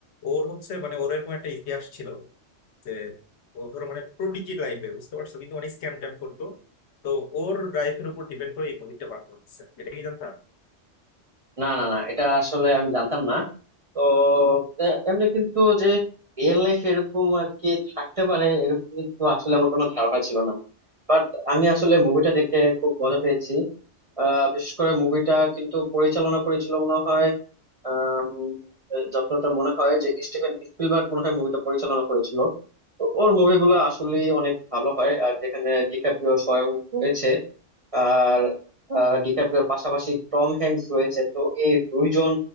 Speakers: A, on the left; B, on the right.
A: ওর হচ্ছে মানে ওর এরকম একটা ইতিহাস ছিল যে ও ধরো মানে প্রোডিজি লাইফের বুঝতে পারছো কিন্তু মানে স্ক্যাম ট্যাম করতো তো ওর লাইফের উপর ডিপেন্ড করে এই মুভিটা বানানো হচ্ছে এটা কি জানতো
B: না না না এটা আসলে আমি জানতাম না তো আহ, এমনি কিন্তু যে রিয়েল লাইফ এরকম আর কি থাকতে পারে এরকম কিন্তু আসলে আমার কোনো ধারণা ছিল না বাট আমি আসলে মুভিটা দেখে খুব মজা পেয়েছি আহ বিশেষ করে মুভিটা কিন্তু পরিচালনা করেছিল মনে হয় আম, যতটা মনে হয় যে স্টিভেন স্পিলবার্গ মনে হয় মুভিটা পরিচালনা করেছিল তো ওর মুভিগুলো আসলে অনেক ভালো হয় আর যেখানে ডিকাপ্রিও স্বয়ং রয়েছে আর আহ, ডিকাপ্রিওর পাশাপাশি টম হ্যাঙ্কস রয়েছে তো এই দুইজন